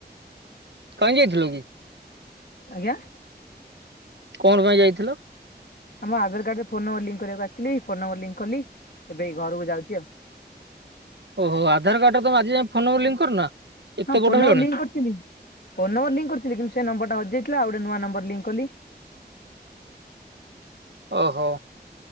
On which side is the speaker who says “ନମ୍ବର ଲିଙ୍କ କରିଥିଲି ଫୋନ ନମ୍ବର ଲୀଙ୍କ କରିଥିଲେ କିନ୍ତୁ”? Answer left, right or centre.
Left